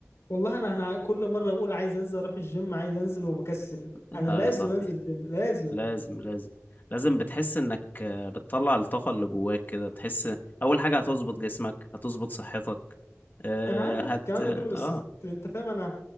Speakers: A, on the left (about 65°); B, on the left (about 40°).
A: والله انا انا كل مره بقول عايز انزل اروح الجيم عايز انزل وبكسل
B: لا
A: انا لازم
B: يا صاحبي
A: انزل الجيم لازم
B: لازم لازم لازم بتحس انك آه، بتطلع الطاقة اللي جواك كده بتحس اول حاجة هتظبط جسمك هتظبط صحتك آه،
A: انا عارف
B: هت
A: الكلام
B: اه
A: ده كله بس انت انت فاهم انا